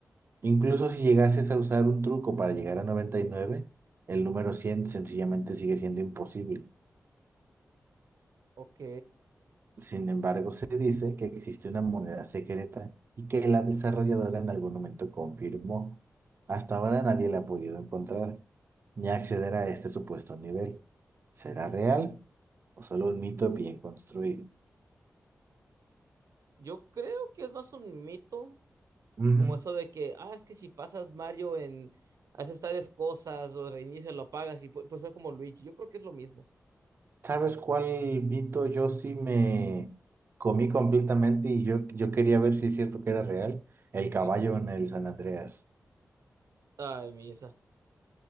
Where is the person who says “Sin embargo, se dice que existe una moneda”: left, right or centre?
Right